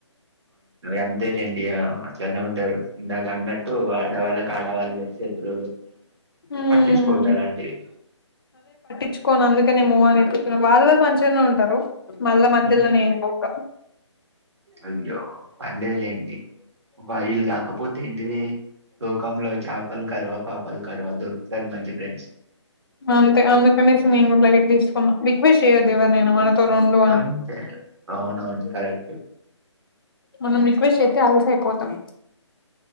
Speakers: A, on the right; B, on the left.
A: అంతే లేండియ అట్లానే ఉంటారు ఇందాక అన్నట్టు ఆడవాళ్ళకి ఆడవాళ్ళే శత్రువులు
B: హ్మ్
A: పట్టించుకోవద్దు అలాంటివి
B: పట్టించ్చుకోను అందుకనే మూవాన్ అయిపోతున్నా వాళ్ళు వాళ్ళు మంచిగానే ఉంటారు మళ్ళ మధ్యలో
A: ఉమ్.
B: నేను పోక
A: అయ్యో పర్లేదులేండి ఈళ్ళు కాకపోతే ఏంటిది లోకం లో చేపలు కరువా పాపలు కరువా దొరుకుతారు మంచి ఫ్రెండ్స్
B: అంతే అందుకనేసి నేను కూడా లైట్ తీసుకున్నా రిక్వెస్ట్ చేయద్దు ఎవరినైనా మనతోని ఉండు అని
A: అంతే అవునవును కరెక్టే
B: మనం రిక్వెస్ట్ చేస్తే అలుసైపోతాం